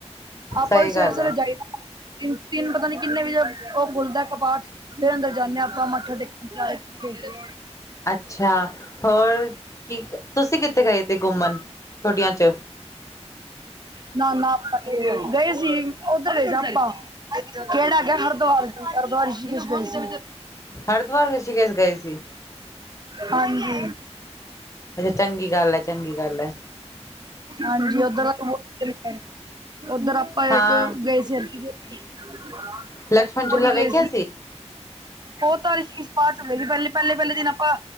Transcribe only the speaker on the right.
ਆਪਾਂ
ਵੀ ਸਵੇਰੇ
ਸਵੇਰੇ
ਜਾਈਦੈ, ਤਿੰਨ-ਤਿੰਨ ਪਤਾ ਨੀ ਕਿੰਨੇ ਵਜੇ ਓ ਖੁਲਦੈ ਕ ਪਾਠ ਫੇਰ ਅੰਦਰ ਜਾਂਨੇ ਆਂ ਆਪਾਂ ਮੱਥਾ ਟੇਕਨ <unintelligible>
ਨਾ-ਨਾ ਆਪਾਂ ਨੀ ਗਏ। ਗਏ ਸੀ ਓਦਰ ਗਏ ਸੀ ਆਪਾਂ, ਕੇੜਾ ਹੈਗੈ ਹਰਦਵਾਰ ਹਰਦਵਾਰ, ਰਿਸ਼ੀਕੇਸ਼ ਗਏ ਸੀ।
ਹਾਂਜੀ।
ਹਾਂਜੀ ਓਦਰ ਆਪਾਂ ਮੁੜ ਕੇ ਨੀ ਗਏ, ਓਦਰ ਆਪਾਂ
ਇੱਕ ਗਏ ਸੀ ਰਿਸ਼ੀਕੇਸ ਹਰਕੀ
ਪੌੜੀ
ਗਏ ਸੀ। ਓ ਤਾ ਰਿਸ਼ੀਕੇਸ਼ ਬਾਦ ਚੋਂ ਗਏ ਸੀ ਪੈਲੇ-ਪੈਲੇ-ਪੈਲੇ ਦਿਨ ਆਪਾਂ